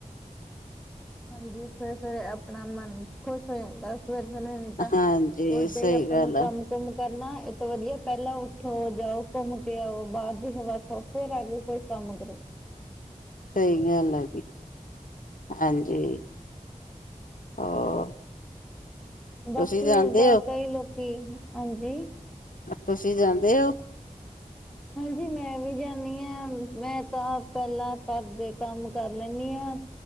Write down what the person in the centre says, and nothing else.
ਹਾਂਜੀ, ਸਵੇਰੇ-ਸਵੇਰੇ ਅਪਣਾ ਮਨ ਖੁਸ਼ ਹੋ ਜਾਂਦਾ। ਸਵੇਰੇ-ਸਵੇਰੇ ਨੀ ਤਾਂ
ਉੱਠਦੇ
ਹੀ ਆਪਾਂ
ਨੂੰ
ਕੰਮ ਘੁੰਮ ਕਰਨਾ ਇਹ ਤੋਂ ਵਧੀਆ ਪਹਿਲਾਂ ਉੱਠੋ ਜਾਓ ਘੁੰਮ ਕੇ ਆਓ ਬਾਹਰ ਦੀ ਹਵਾ ਖਾਓ ਫੇਰ ਆ ਕੇ ਕੋਈ ਕੰਮ ਕਰੋ।
ਬਾਕੀ
ਓਦਾਂ
ਕਈ ਲੋਕੀ ਹਾਂਜੀ
ਹਾਂਜੀ, ਮੈਂ ਵੀ ਜਾਂਣੀ ਹਾਂ ਮੈਂ ਤਾਂ ਪਹਿਲਾਂ ਘਰ ਦੇ ਕੰਮ ਕਰ ਲੈਂਣੀ ਆ।